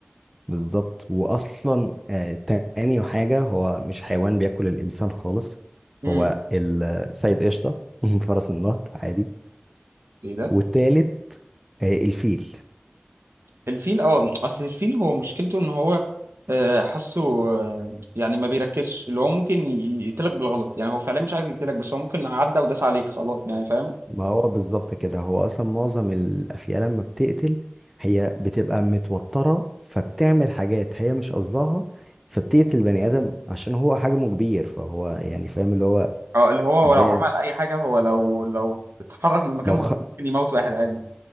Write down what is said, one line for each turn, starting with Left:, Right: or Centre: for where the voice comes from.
Centre: بالظبط واصلا آه تاني حاجة هو مش حيوان بياكل الانسان خالص
Right: أه
Centre: هو السيد قشطة <laughs> فرس النهر عادي
Right: ايه ده
Centre: والتالت آه الفيل
Right: الفيل اه اصل الفيل هو مشكلته ان هو آه، حاسه آه، يعني ما بيركزش اللي هو ممكن ي- يقتلك بالغلط يعني هو فعلا مش عايز يقتلك بس هو ممكن عدى وداس عليك خلاص يعني فاهم
Centre: ما هو بالظبط كده هو اصلا معظم الافيال لما بتقتل هي بتبقى متوتره فبتعمل حاجات هي مش قصدها فبتقتل بني ادم عشان هو حجمه كبير فهو يعني فاهم اللي هو
Right: اه اللي هو
Centre: زي
Right: لو عمل اي حاجه هو لو لو اتحرك من مكانه
Centre: لو خ...
Right: ممكن يموت واحد عادي